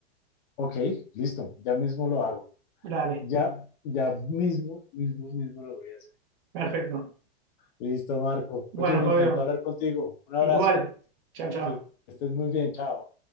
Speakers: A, on the left (about 45°); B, on the right (about 55°).
A: Ok, listo, ya mismo lo hago.
B: Dale,
A: Ya, ya mismo, mismo, mismo lo voy a hacer.
B: perfecto.
A: Listo, Marco.
B: Bueno,
A: Oye, me
B: Fabio,
A: encantó hablar contigo. Un abrazo,
B: igual. Chao, chao.
A: que estés muy bien, chao.